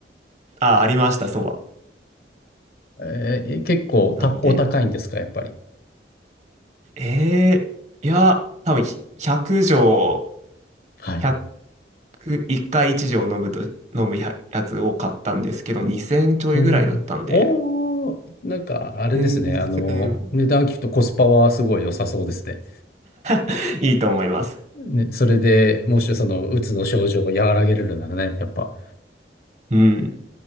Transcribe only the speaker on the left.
えー、結構た、
お高いんですか、やっぱり。
はい。
うん。おー。なんか、あれですね。
あの、値段聞くとコスパはすごい良さそうですね。
ね、それでもしその、うつの症状を和らげれるならね、やっぱ。